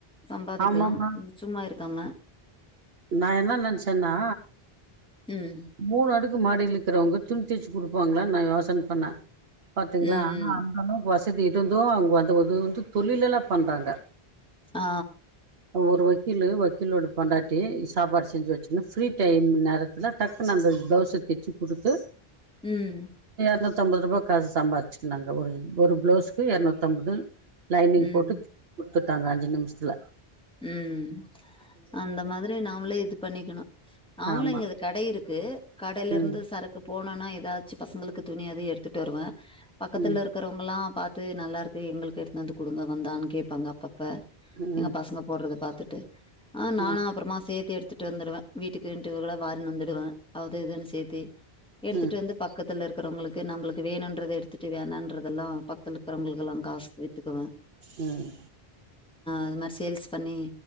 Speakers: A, in the centre; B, on the right.
A: சம்பாதிக்கெலா
B: ஆமாமா
A: சும்மா இருக்காமா
B: நா என்னா நெனச்சன்னா
A: ம்
B: மூணு அடுக்கு மாடியில இக்குறவங்க துணி தெச்சிக் குடுப்பாங்ளான் நா யோசன பண்ண பாத்தீங்ளா
A: ம்
B: ஆனா
A: ம்
B: அந்த அளவுக்கு வசதி இருந்து அவ்ங்க வந்து இது வந்து தொழிலெல்லா பண்றாங்க
A: ஆ
B: ஒரு வக்கீலு வக்கீலோட பொண்டாட்டி சாப்பாடு செஞ்சு வச்சுன்னு ஃப்ரீ டைம் நேரத்துல டக்குனு அந்த ப்ளவுஸ்ஸ தெச்சு குடுத்து
A: ம்
B: இரநூத்தம்பதுருபா காசு சம்பாதிச்சுக்குனாங்க ஒரு ஒரு ப்ளோஸுக்கு இரநூத்தம்பது லைனிங்
A: ம்
B: போட்டு குடுத்துட்டாங்க அஞ்சு நிமிஷ்த்துல
A: ம் அந்த மாதிரி நாமளே இது பண்ணிக்கணோ அவுங்களோ
B: ஆமா.
A: இங்கது கடை இருக்கு கடையிலர்ந்து
B: ம்.
A: சரக்கு போனனா ஏதாச்சு பசங்குளுக்கு துணியது எடுத்துட்டு வருவே பக்கத்துல
B: ம்.
A: இருக்குறவுங்கல்லா பா த்து நல்லா இருக்கு எங்குளுக்கு எடுத்னு வந்து குடுங்க வந்தான்னு கேப்பாங்க அப்பப்ப
B: ம்.
A: எங்க பசங்க போட்றத பாத்துட்டு ஆ
B: ம்.
A: நானா அப்றமா சேத் தி எடுத்துட்டு வந்துருவே வீட்டுக்குட்டு கூட வாரின்னு வந்துடுவே அது இதுனு சேத்தி எடுத்துட்டு
B: ம்.
A: வந்து பக்கத் பக்கத்துல இருக்குறவுங்குளுக்கு நம்புளுக்கு வேணும்ன்றது எடுத்துட்டு வேணான்றதெல்லா பக்கத்துல இருக்கிறவுங்குளுக்கு எல்லா காசுக்கு வித்துக்குவே
B: ம்.
A: அதுமாரி சேல்ஸ் பண்ணி